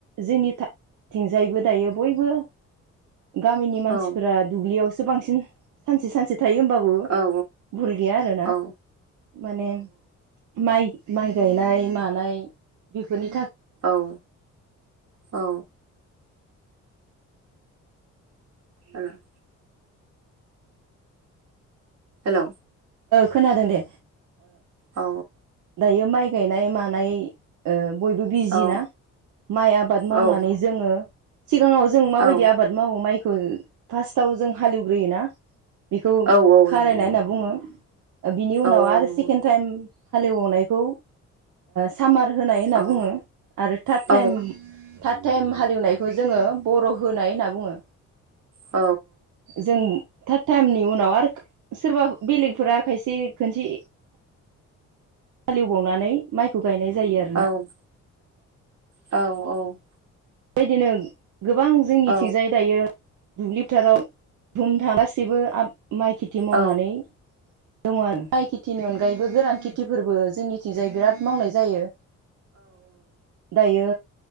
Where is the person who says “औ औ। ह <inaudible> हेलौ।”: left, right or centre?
Right